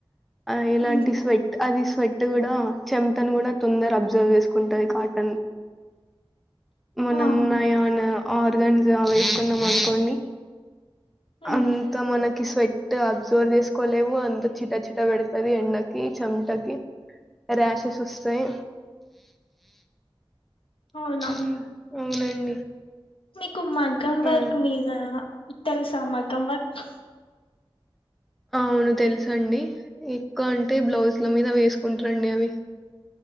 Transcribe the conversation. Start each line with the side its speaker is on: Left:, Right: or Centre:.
Centre: ఆ ఎలాంటి
Left: ఉమ్
Centre: స్వెట్ అది స్వెట్ ట్ కూడా చెమటను కూడా తొందర అబ్జర్వ్ చేసుకుంటది కాటన్ మనం
Left: ఆహా
Centre: నాయ ఆర్గాన్స్ అవి వేసుకున్నం అనుకోండి
Left: ఉమ్
Centre: అంత మనకి స్వట్ అబ్జర్వ్ చేసుకోలేవు అంత చిట చిట పెడతది ఎండకి చెమటకి రాషెస్ వస్తాయి
Left: అవునా
Centre: ఉ అవునండి
Left: మీకు మగ్గం వర్క్
Centre: ఆ
Left: మీద తెలుసా మగ్గం వర్క్
Centre: అవును తెలుసండి ఎక్కువ అంటే బ్లౌజ్ల మీద వేసుకుంటారండి అవి